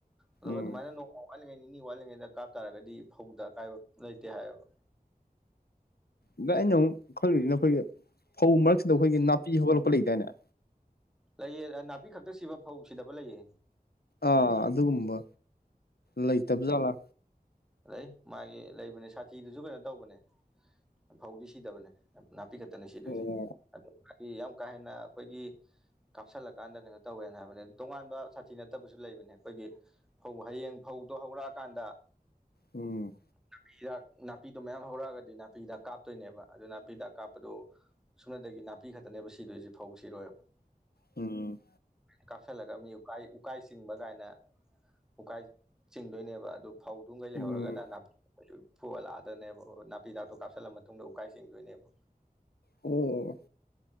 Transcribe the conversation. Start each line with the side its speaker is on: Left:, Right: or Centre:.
Centre: ꯑꯗꯨꯒ
Left: ꯎꯝ
Centre: ꯃꯥꯏ ꯅ ꯋꯥꯠꯂꯤꯉꯩ ꯅꯤꯅꯤ ꯋꯥꯠꯂꯤꯉꯩꯗ ꯀꯥꯞꯇꯥꯥꯔꯒꯗꯤ ꯐꯧꯗ ꯑꯀꯥꯏꯕ ꯂꯩꯇꯦ ꯍꯥꯏꯌꯦꯕ
Left: ꯑꯗ ꯑꯩꯅ ꯑꯃꯨꯛ ꯈꯜꯂꯤꯜꯂꯤꯁꯤꯅ ꯑꯩꯈꯣꯏꯒꯤ ꯐꯧ ꯃꯔꯛꯁꯤꯗ ꯑꯩꯈꯣꯏꯒꯤ ꯅꯥꯄꯤ ꯍꯧꯒꯠꯂꯛꯄ ꯂꯩꯗꯥꯏꯅꯦ
Centre: ꯂꯩꯑ ꯅꯥꯄꯤ ꯈꯛꯇ ꯁꯤꯕ ꯐꯧ ꯁꯤꯗꯕ ꯂꯩꯌꯦ
Left: ꯑꯥ ꯑꯗꯨꯒꯨꯝꯕ ꯂꯩꯇꯕꯖꯥꯠꯂꯥ
Centre: ꯂꯩꯗ ꯃꯥꯒꯤ ꯂꯩꯕꯅꯦ ꯁꯥꯊꯤꯗꯨꯁꯨ ꯀꯩꯅꯣ ꯇꯧꯕꯅꯦ ꯐꯧꯗꯤ ꯁꯤꯗꯕꯅꯦ ꯅꯥꯄꯤ ꯈꯛꯇꯅꯦ ꯁꯤꯗꯣꯏꯁꯦ
Left: ꯑꯣ
Centre: ꯑꯣ ꯃꯥꯒꯤ ꯌꯥꯝ ꯀꯥ ꯍꯦꯟꯅ ꯑꯩꯈꯣꯏꯒꯤ ꯀꯥꯞꯁꯤꯜꯂꯀꯥꯟꯗ ꯀꯩꯅꯣ ꯇꯧꯋꯦꯅ ꯍꯥꯏꯕꯅꯦ ꯇꯣꯉꯥꯟꯕ ꯁꯥꯊꯤ ꯅꯠꯇꯕꯁꯨ ꯂꯩꯕꯅꯦ ꯑꯩꯈꯣꯏꯒꯤ ꯐꯧ ꯍꯌꯦꯡ ꯐꯧꯗꯣ ꯍꯧꯔꯛꯑꯀꯥꯟꯗ
Left: ꯎꯝ
Centre: ꯅꯥꯄꯤꯗꯥꯛ ꯅꯥꯄꯤꯗꯣ ꯃꯌꯥꯝ ꯍꯧꯔꯛꯑꯒꯗꯤ ꯅꯥꯄꯤꯗꯥꯛ ꯀꯥꯞꯇꯣꯏꯅꯦꯕ ꯑꯗꯨ ꯅꯥꯄꯤꯗꯥꯛ ꯀꯥꯞꯄꯗꯨ ꯁꯨꯞꯅꯗꯒꯤ ꯅꯥꯄꯤ ꯈꯛꯇꯅꯦꯕ ꯁꯤꯗꯣꯏꯁꯦ ꯐꯧ ꯁꯤꯔꯣꯏꯑꯕ
Left: ꯎꯝ
Centre: ꯀꯥꯞꯁꯤꯜꯂꯒ ꯃꯤ ꯎꯀꯥꯏ ꯎꯀꯥꯏ ꯆꯤꯡꯕ ꯀꯥꯏꯅ ꯎꯀꯥꯏ ꯆꯤꯡꯗꯣꯏꯅꯦꯕ ꯑꯗꯨ ꯐꯧꯗꯨꯒꯩ ꯂꯩꯍꯧꯔꯒꯅ
Left: ꯎꯝ
Centre: ꯐꯨꯍꯜꯂꯛꯑꯗꯅꯦꯕ ꯑꯣ ꯅꯥꯄꯤꯗꯥꯛꯇꯣ ꯀꯥꯞꯁꯤꯜꯂ ꯃꯇꯨꯡꯗ ꯎꯀꯥꯏ ꯆꯤꯡꯗꯣꯏꯅꯦꯕ
Left: ꯑꯣ